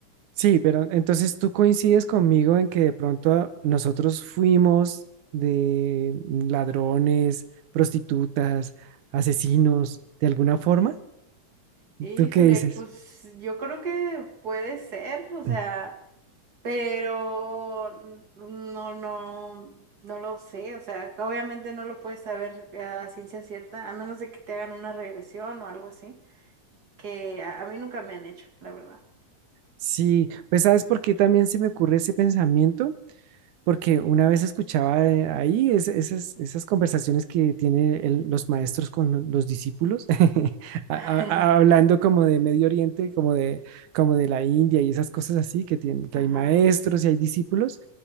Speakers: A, on the right; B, on the right.
A: Sí, pero entonces tú coincides conmigo en que de pronto nosotros fuimos de ladrones, prostitutas, asesinos, de alguna forma.
B: Híjole,
A: ¿Tú qué dices?
B: pues yo creo que puede ser, o sea,
A: Mm.
B: pero no, no, no lo sé, o sea, obviamente no lo puedes saber a ciencia cierta, a menos de que te hagan una regresión o algo así, que a a mí nunca me han hecho, la verdad.
A: Sí, pues sabes por qué también se me ocurre ese pensamiento, porque una vez escuchaba eh, ahí es- esas, esas conversaciones que tienen los maestros con los discípulos, <laughs> a-
B: <laughs>
A: a- a- hablando como de Medio Oriente, como de, como de la India y esas cosas así, que, tienen, que
B: Ajá.
A: hay maestros y hay discípulos.